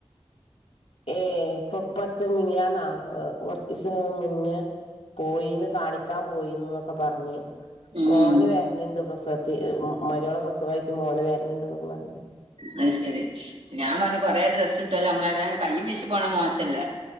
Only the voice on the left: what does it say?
ഏ ഇപ്പൊ അടുത്ത് മിനിയാന്നാ കുറച്ച് ദിവസമുന്നേ പോയിന്ന് കാണിക്കാൻ പോയിന്നൊക്കെ പറഞ്ഞ്
മോന് വരണുണ്ട് പ്രസവത്തി മരുമോളുടെപ്രസവമായിട്ട് മോന് വരണ്ടുണ്ട് എന്നൊക്കെ പറഞ്ഞു.